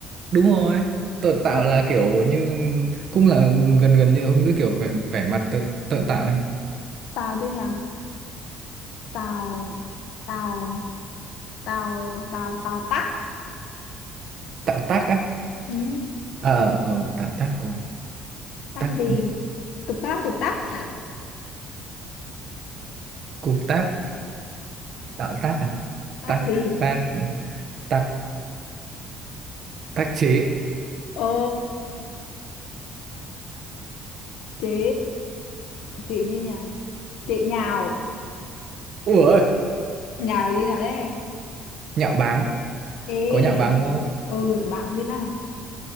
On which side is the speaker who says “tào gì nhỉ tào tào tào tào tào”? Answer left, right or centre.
Left